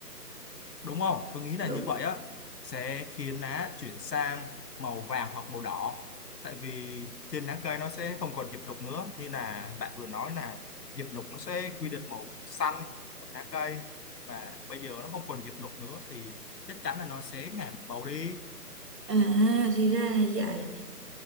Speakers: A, on the left; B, on the right.
A: đúng không tôi nghĩ là
B: đúng
A: như vậy á sẽ khiến lá chuyển sang màu vàng hoặc màu đỏ tại vì trên lá cây nó sẽ không còn diệp lục nữa như là bạn vừa nói là diệp lục nó sẽ quy định màu xanh của lá cây mà bây giờ nó không còn diệp lục nữa thì chắc chắn là nó sẽ ngả màu đi
B: à thì ra là như vậy